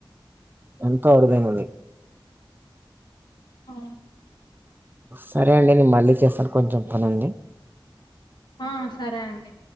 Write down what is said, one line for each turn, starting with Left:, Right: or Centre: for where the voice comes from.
Right: ఎంతో అరుదైనది
Left: ఆ
Right: సరే అండి నేను మళ్ళీ చేస్తాను కొంచెం పని ఉంది
Left: ఆ సరే అండి